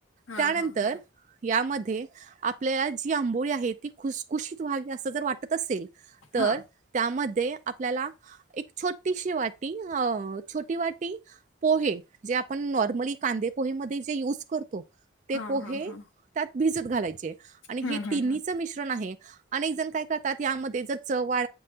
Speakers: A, on the left; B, on the right.
A: हा
B: त्यानंतर
A: हा हा
B: यामध्ये आपल्याला जी आंबोळी आहे ती खुखुशीत व्हावी असं जर वाटत असेल तर
A: हा
B: त्यामध्ये आपल्याला एक छोटीशी वाट छोटी वाटी पोहे जे आपण नॉर्मली कांदे पोहे म यज ते
A: हा
B: पोहे
A: हा हा
B: भिजत घालायचे आणि
A: हम्म
B: हे
A: हम्म
B: तिन्हीच
A: हम्म
B: मिश्रण आहे आणि एक जण काय ात यामध्ये ज च वा